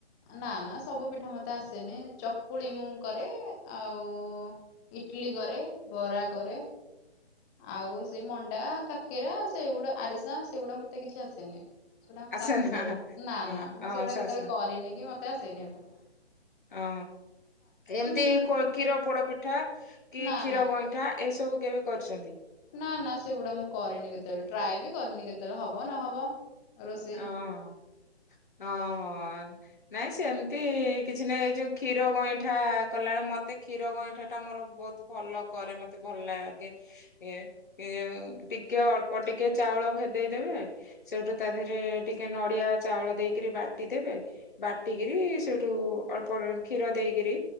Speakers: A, in the centre; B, on the left.
A: ନା ନା ସବୁ ପିଠା ମତେ ଆସେନି ଚକୁଳି ମୁଁ କରେ ଆଉ ଇଟିଲୀ କରେ। ବରା କରେ ଆଉ ସେ ମଣ୍ଡା କାକେରା ସେଗୁଡା ଆରିସା ସେଗୁଡା ମତେ କିଛି ଆସେନି ସେଟା ମୋ
B: ଆସେ
A: ଶାଶୁ
B: ନା ହଁ
A: ନା
B: ଅ
A: ନା ମୁଁ
B: ଆସ
A: ସେଗୁଡା କେତେବେଳେ
B: ହଁ
A: କରିନି କି ମତେ ଆସେନି ହେଇରା।
B: ଅ ଏମିତି
A: ମୁଁ
B: କ୍ଷୀର ପୋଡ ପିଠା କି
A: ନା
B: କ୍ଷୀର
A: ନା
B: ଗଇଁଠା। ଏସବୁ କେବେ କରିଛନ୍ତି?
A: ନା ନା ସେଗୁଡା ମୁଁ କରିନି କେତେବେଳେ ଟ୍ରାଏ ବି କରିନି କେତେବେଳେ ହବ ନହବ। ରୋଷେଇ
B: ହଁ ହ ହ ନାଇଁ ସେମିତି ମେ କିଛି ନା ଏ ଯଉ କ୍ଷୀର ଗଇଁଠା କଲାବେଳେ ମତେ କ୍ଷୀର ଗଇଁଠା ଟା ମୋର ବହୁତ ଭଲ କରେ ମତେ। ଭଲ ଲାଗେ। ଏ ଏ ଟିକେ ଅଳ୍ପ ଟିକେ ଚାଉଳ ଭେଦେଇଦେବେ ସେଇଠୁ ତା ଦେହରେ ଟିକେ ନଡିଆ ଚାଉଳ ଦେଇକରି ବାଟି ଦେବେ। ବାଟିକିରି ସେଇଠୁ ଅଳ୍ପ କ୍ଷୀର ଦେଇକିରି।